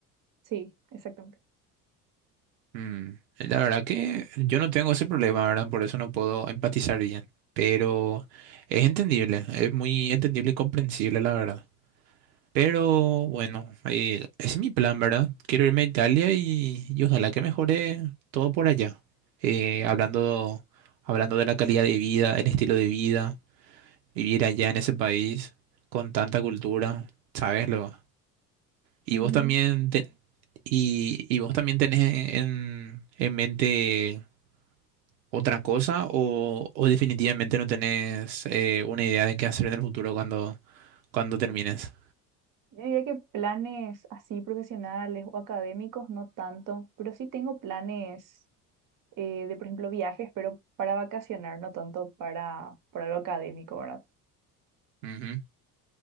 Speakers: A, on the right; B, on the right.
A: Sí, exactamente.
B: Mm, la verdad que yo no tengo ese problema, ¿verdad? Por eso no puedo empatizar bien. Pero es entendible, es muy entendible y comprensible, la verdad. Pero bueno, eh, ese es mi plan, ¿verdad? Quiero irme a Italia y, y ojalá que mejore todo por allá. Eh, hablando, hablando de la calidad de vida, el estilo de vida. vivir allá en ese país con tanta cultura, ¿sabes? Lo, y
A: Ujú.
B: vos también te- y, y vos también tenés en, en mente otra cosa o, o definitivamente no tenés eh, una idea de qué hacer en el futuro cuando, cuando termines.
A: Yo diría que planes así profesionales o académicos no tanto, pero sí tengo planes eh, de, por ejemplo, viajes, pero para vacacionar, no tanto para, para lo académico, ¿verdad?
B: Ujú.